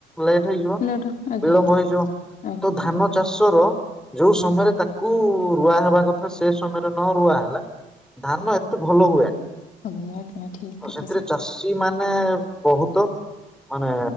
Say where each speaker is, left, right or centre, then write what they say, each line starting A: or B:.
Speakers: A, in the centre; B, on the left.
A: ଲେଟ ହେଇଯିବ।
B: ପିଲାଟା ଆଜ୍ଞା
A: ବିଳମ୍ବ ହେଇଯିବ।
B: ଆଜ୍ଞା
A: ତ
B: ଆଜ୍ଞା
A: ଧାନ ଚାଷ ର ଯୋଉଁ ସମୟରେ ତାକୁ ରୁଆ ହେବା କଥା ସେ ସମୟରେ ନ ରୁଆ ହେଲା ଧାନ ଏତେ ଭଲ ହୁଏନି।
B: ଆଜ୍ଞା ଆଜ୍ଞା ଠିକ୍
A: ତ
B: କଥା
A: ସେଥିରେ
B: ସାର୍।
A: ଚାଷୀ ମାନେ ବହୁତ ମାନେ